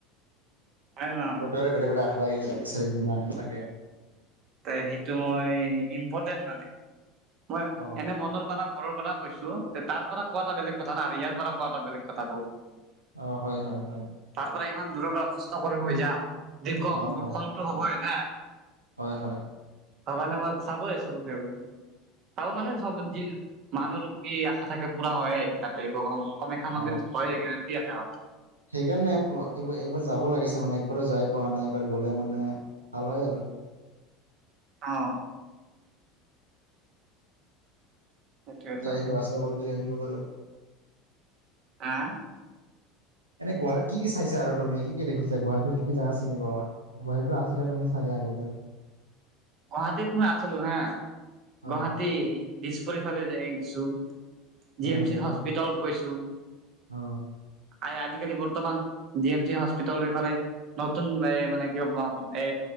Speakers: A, on the right; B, on the right.
A: হয়নে নহয়?
B: প্ৰত্যকৰে বেলেগ বেলেগ আশা থাকে <unintelligible> আশা থাকে।
A: তে সেইটো মই ইম্পৰ্টেণ্ট মানে মই
B: অ
A: এনে মনৰ পাৰা, ঘৰৰ পাৰা কৈছো তে তাৰ পাৰা কোৱাটা বেলেগ কথা না আৰু ইয়াৰ পাৰা কোৱাটা বেলেগ কথা বহুত।
B: অ হয় হয় হয়।
A: তাৰ পাৰা ইমান দূৰৰ পৰা কষ্ট কৰি মই যাম দি কম
B: অ
A: মোৰ
B: হয়
A: ফলটো হ'বই না
B: হয় হয়।
A: ভগৱানে মোক চাবই চকু খেলি চাব মানে চব যি মানুহৰ কি আশা থাকে পুৰা হয়েই তাতে ভগ- কামাখ্যা
B: অ
A: মন্দিৰত হয়েই গেৰেণ্টি আছে হয়।
B: সেইকাৰণে এ এইবাৰ এইবাৰ যাব লাগিছে মানে একবাৰো যাই পোৱা নাই একবাৰ গলে মানে ভাল হয় আৰু,
A: অ সেইটোৱেতো
B: যাইহক আশা কৰো যাই আহিব পাৰো।
A: <inaudible>
B: এনে গুৱাহাটীত কি কি চাইছা আৰু তুমি কি কি দেখিছা গুৱাহাটীৰত কি কি জাগা চিনি পাৱা? গুৱাহাটীটো আছিলা, তুমি চাগে আগতে?
A: গুৱাহাটীত মই আছিলো হা,
B: অ
A: গুৱাহাটী দিছপুৰ ইফালে যাই আহিছো। জি,
B: হয়
A: এম,
B: হয়
A: চি,
B: আৰু
A: হস্পিতালত গৈছো।
B: অ,
A: আ, আ, আজিকালি বৰ্তমান জি, এম, চি, হস্পিটালৰ এইফালে নতুন এ, মানে কিবা এ,